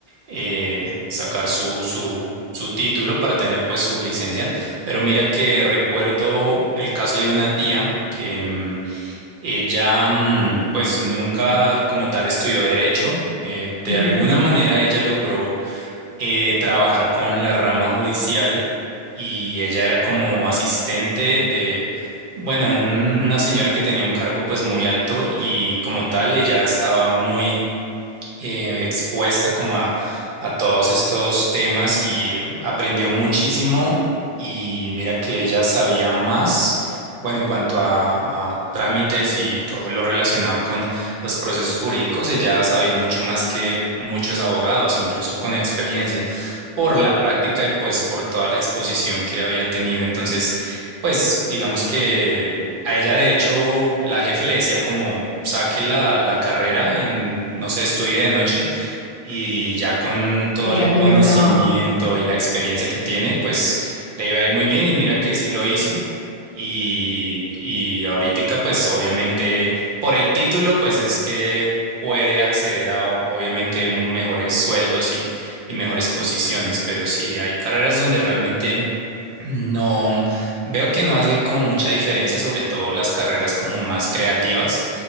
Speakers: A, on the right (about 60°); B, on the left (about 75°).
A: eh, sacar su, su, su título para tener pues su licencia. Pero mira que recuerdo el caso de una tía que mm, ella mm, pues nunca como tal estudió derecho. Eh, de
B: Ujú.
A: alguna manera ella logró eh, trabajar con la rama judicial y ella era como asistente de... Bueno, un- una señora que tenía un cargo pues muy alto y como tal ella estaba muy eh, expuesta como a, a todos estos temas y aprendió muchísimo y mira que ella sabía más, bueno, en cuanto a, a trámites y todo lo relacionado con los procesos jurídicos, ella sabía mucho más que muchos abogados, incluso con experiencia, por la práctica y pues por toda la exposición que había tenido. Entonces, pues digamos que... A ella, de hecho, la jefe le decía como saque la, la carrera en, no sé, estudie de noche y ya con todo
B: Y
A: el
B: ya tiene
A: conocimiento
B: el trabajo.
A: y la experiencia que tiene, pues le iba a ir muy bien y mira que sí lo hizo. Y, y ahorita, pues obviamente, por el título, pues es que puede acceder a obviamente mejores sueldos y, y mejores posiciones, pero sí, hay carreras donde realmente no, veo que no hace como mucha diferencia, sobre todo las carreras como más creativas,